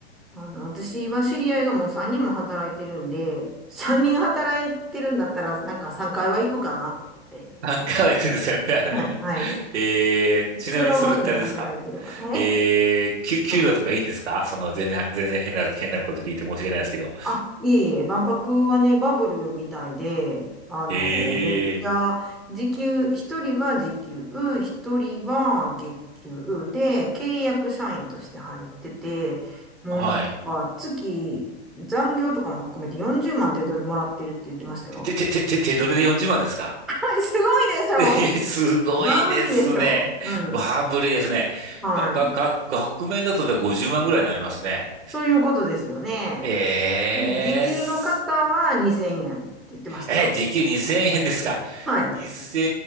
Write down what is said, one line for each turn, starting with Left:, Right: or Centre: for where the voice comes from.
Centre: あの、私は知り合いがもう3人も働いてるんで、3人働いてるんだったら、なんか3回は行くかなと思って。
Right: 何回は行くん <laughs> ですよね。
Centre: はい。はい
Right: <laughs> えー、ちなみにそれってあれですか
Centre: 違う場所で働いてるからね。
Right: えー、給、
Centre: え
Right: 給料とかいいんですかその、全然、全然変な、変なこと聞いて申し訳ないですけど。
Centre: あ、いえいえ、万博はね、バブルみたいで、あの、
Right: えー、
Centre: めっちゃ、時給、一人は時給、一人は月給で、契約社員として入ってて、もうね、
Right: はい。
Centre: まあ、月、残業とかも含めて40万手取りもらってるって言ってましたよ。
Right: て、て、て、て、手取りで40万ですか
Centre: <laughs> はい、すごいでしょ
Right: <laughs> えー、すごいですね。
Centre: バブリーでしょうん。
Right: バブルですね。
Centre: はい。
Right: が、が、が、額面だとで50万ぐらいになりますね。
Centre: ということですよね。
Right: えー、
Centre: 時給の方は2000円って言ってましたよ。
Right: すえー、時給2000円ですか
Centre: はい。
Right: ?2000